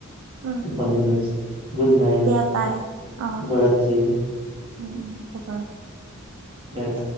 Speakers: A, on the right; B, on the right.
A: উম
B: টুপনি
A: উম
B: ধৰিছে গুড নাইট
A: দিয়া বাই অ।
B: শুভৰাতি।
A: উম উম শুবা।
B: নাইপ